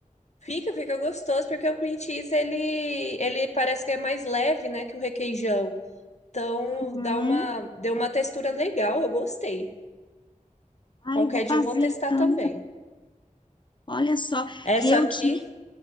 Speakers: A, on the left (about 55°); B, on the left (about 35°).
A: Fica, fica gostoso, porque o cream cheese, ele, ele parece que é mais leve, né, que o requeijão. Então,
B: Uhum.
A: dá uma, deu uma textura legal, eu gostei.
B: Ai,
A: Qualquer
B: eu vou
A: dia
B: fazer
A: eu vou testar
B: então.
A: também.
B: Olha só.
A: Essa
B: E eu
A: aqui...
B: tinha.